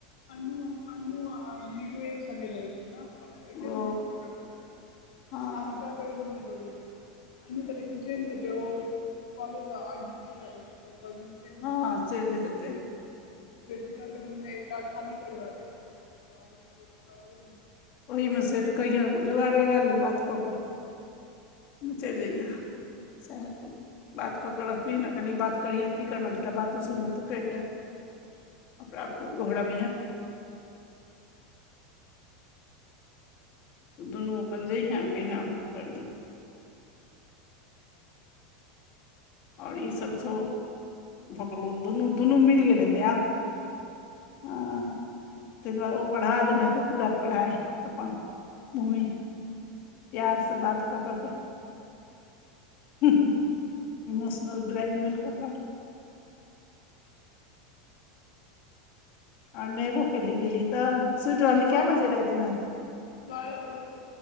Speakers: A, on the left (about 85°); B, on the left (about 50°).
A: अन्नु अन्नु आ नीरू एक संगे रहै छै नऽ हँ एके
B: ओ
A: रूम में छय ओकरा सब के
B: हँ
A: आस्था के रूममे दुनू अन्नु तऽ लेकिन चइल जैते ओ कॉलेज में आइ जी टी लागए छै। तऽ चैल जैते
B: हँ चेंज हेतै
A: जसिका के रूम में एकटा खाली करेबा के छैए। कहलकै <unintelligible>
B: ओहिमे सेट कहिये जोगाड़ लगा ले बात कऽ कऽ तु चलि जइहे सेह तऽ बात कऽ के रहबही ने कनि बात करिहे की करबै दूटा बातो सुनबेऽ तऽ कहि कऽ ओकरा खूब गोहरबिहे दुनू अपन जइहे कयहे हमको कर दतै ओर ईसब छौ भकलोल दुनू दुनू मिल गेल हेतै आब अम्म तइ दुआर ओ पढ़ा देने हेते पूरा पढ़ाई अपन भूमि प्यार से बात कऽ कऽ केऽ इमोशनल ब्लैकमेेल कऽ कऽ आर नेहेबो केलिह गेलीह तऽ सुइत रहली
A: हँ
B: काए बजे राइत में
A: बारह बजे